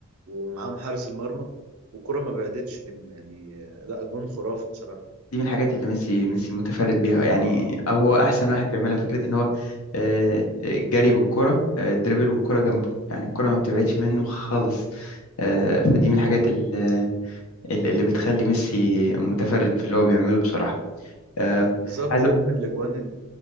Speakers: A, on the right; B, on the left.
A: ومعاهم حارس المرمى والكرة ما بعدتش منه يعني آه، لا جون خرافي بصراحة
B: دي من الحاجات اللي ميسي ميسي متفرد بيها يعني او هو احسن واحد بيعملها فكرة ان هو آه، الجري بالكرة آه، الدريبل والكرة جنبه يعني الكرة ما بتبعدش منه خالص آه، فدي من الحاجات ال- ال- اللي بتخلي ميسي متفرد في اللي هو بيعمله بصراحة آه،
A: بالظبط
B: عايز
A: جون
B: أقول-
A: من الاجوان